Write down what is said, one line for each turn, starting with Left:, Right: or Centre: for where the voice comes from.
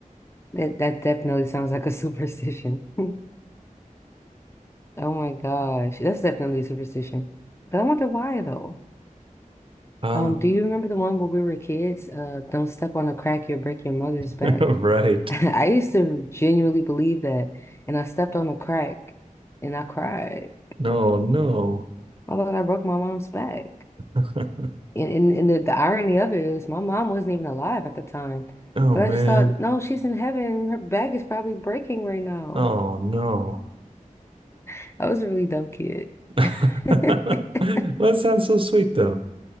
Left: That that definitely sounds like a superstition. <laughs> Oh my gosh. That's definitely a superstition. But I wonder why though.
Right: Ah,
Left: Um, do you remember the one where we were kids? Uh, don't step on a crack, you'll break your mother's back.
Right: <laughs> right.
Left: <laughs> I used to genuinely believe that, and I stepped on a crack and I cried.
Right: No, no.
Left: I thought I broke my mom's back.
Right: <laughs>
Left: And, and, and the, the irony of it is, my mom wasn't even alive at the time.
Right: Oh
Left: But
Right: man.
Left: I just thought, no, she's in heaven. Her back is probably breaking right now.
Right: Oh no.
Left: <laughs> I was a really dumb kid.
Right: <laughs>
Left: <laughs>
Right: Well, that sounds so sweet though.